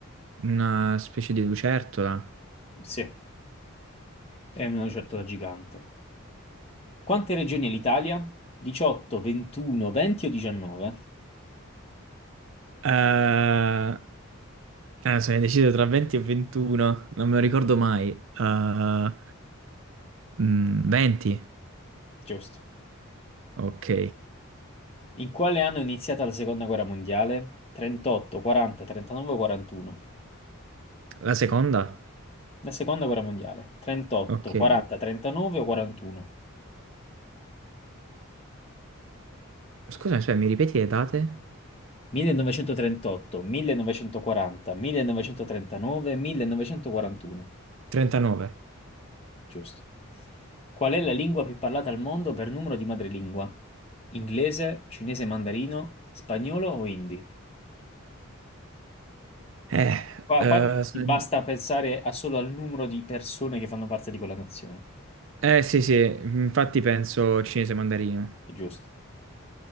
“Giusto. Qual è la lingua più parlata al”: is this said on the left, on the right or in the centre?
Left